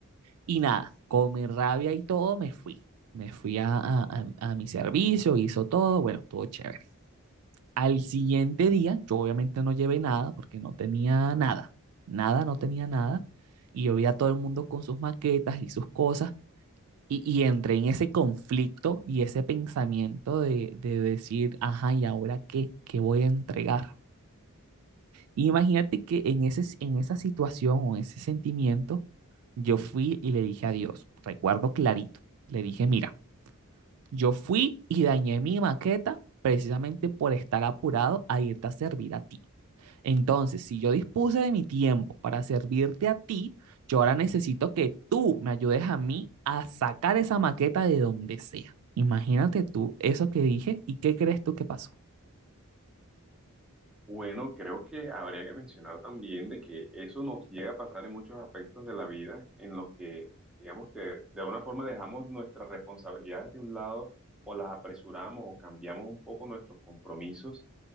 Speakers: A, on the right (about 75°); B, in the centre.
A: Y nada, con mi rabia y todo me fui. Me fui a, a a- a mi servicio, hizo todo, bueno, estuvo chévere. Al siguiente día, yo obviamente no llevé nada porque no tenía nada, nada, no tenía nada. Y yo vi a todo el mundo con sus maquetas y sus cosas. Y, y entré en ese conflicto y ese pensamiento de, de decir, ajá, ¿y ahora qué? ¿Qué voy a entregar? Imagínate que en ese, en esa situación o ese sentimiento, yo fui y le dije a Dios, recuerdo clarito, le dije, mira, yo fui y dañé mi maqueta precisamente por estar apurado a irte a servir a ti. Entonces, si yo dispuse de mi tiempo para servirte a ti, yo ahora necesito que tú me ayudes a mí a sacar esa maqueta de donde sea. Imagínate tú eso que dije y qué crees tú que pasó.
B: Bueno, creo que habría que mencionar también de que eso nos llega a pasar en muchos aspectos de la vida en los que, digamos que de alguna forma dejamos nuestras responsabilidades de un lado o las apresuramos o cambiamos un poco nuestros compromisos